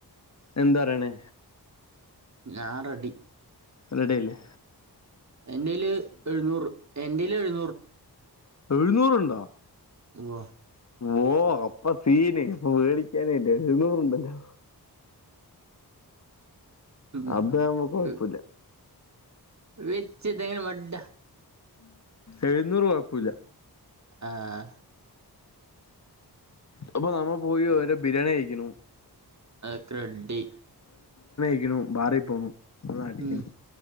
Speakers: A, on the left (about 45°); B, on the right (about 45°).
A: എന്താ അറിയണേ
B: ഞാൻ റെഡി.
A: റെഡിയ്ല്ലേ
B: എന്റേല് എഴുന്നൂറ് എന്റേല് എഴു
A: എഴുന്നൂറ്ണ്ടോ
B: ഉവ്വ
A: ഓ അപ്പ സീന് പ്പൊ പേടിക്കാനേല്ല എഴുന്നൂറ്ണ്ടല്ലോ
B: ഉം
A: അത്
B: ഉം
A: ആവുമ്പോ കൊഴപ്പില്ല
B: വെച്ച് തേങ്ങന മഡ്ഡ
A: എഴുന്നൂറ് കൊഴപ്പൂല
B: ആഹ്
A: അപ്പൊ നമ്മള് പോയി ഓരോ ബിരിയാണി കഴിക്കണു
B: അതൊക്കറെഡി
A: ക്കുണു ബാറി പോണു ഒന്ന് അടിക്ക്ണു
B: ഉം